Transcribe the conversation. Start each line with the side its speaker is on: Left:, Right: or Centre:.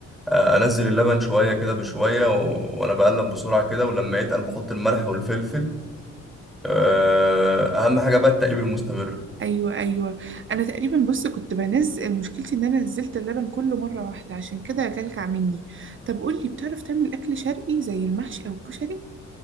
Centre: آه أنزل اللبن شوية كده بشوية و... وأنا بقلب بسرعة كده ولما يتقل بحط الملح والفلفل آه أهم حاجة بقى التقليب المستمر
Right: أيوة أيوة أنا تقريبا بص كنت بنزل مشكلتي إن أنا نزلت اللبن كله مرة واحدة عشان كده كلكع مني طب قولي بتعرف تعمل أكل شرقي زي المحشي أو الكشري؟